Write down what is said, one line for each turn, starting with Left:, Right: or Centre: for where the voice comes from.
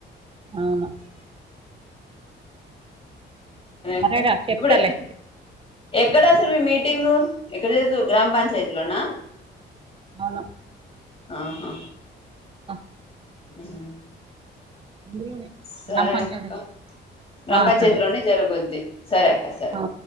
Right: అవును సరే
Left: అక్క
Right: రా చెప్తా
Left: ఇప్పుడు
Right: లే
Left: ఎక్కడ అసలు మీ మీటింగు ఎక్కడ జేస్తురు గ్రామ పంచాయతీ లోనా
Right: అవును
Left: ఆహా
Right: <unintelligible>
Left: ఉమ్.
Right: <unintelligible>
Left: సరే
Right: పంచాయతీలనే
Left: అక్క గ్రామ
Right: ఆ
Left: పంచాయతీ
Right: సరే
Left: లోనే జరగొద్ది సరే అక్క సరే
Right: ఆ